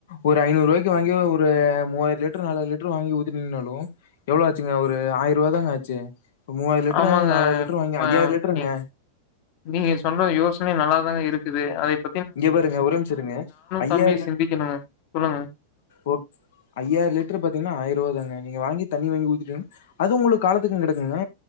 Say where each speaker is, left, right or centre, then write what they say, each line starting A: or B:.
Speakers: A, on the left; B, on the left.
A: ஒரு ஐநூறு ரூவாய்க்கு வாங்கி ஒரு மூவாயிர லிட்டரு நாலாயிர லிட்டர் வாங்கி ஊத்தினீங்கன்னாலு எவ்ளோ ஆச்சுங்க ஒரு ஆயிரூவா தாங்க ஆச்சு மூவாயிர லிட்ரு
B: ஆமாங்க.
A: நாலாயிர லிட்ரு வாங்க
B: இப்ப
A: ஐயாயிர லிட்ருங்க
B: நீங் நீங்க சொன்ன யோசனயு நல்லா தாங்க இருக்குது அத இப்
A: இங்க பாருங்க ஒரே ஒரு நிம்சோ இருங்க ஐயாயிர
B: தம்பியும் சிந்திக்கணுங்க. சொல்லுங்க.
A: ஓ ஐயாயிர லிட்டர் பாத்தீங்கன்னா ஆயிர ரூவா தாங்க நீங்க வாங்கித் தண்ணி வாங்கி ஊத்திட்டு அது உங்களுக்கு காலத்துக்கு கெடக்குங்க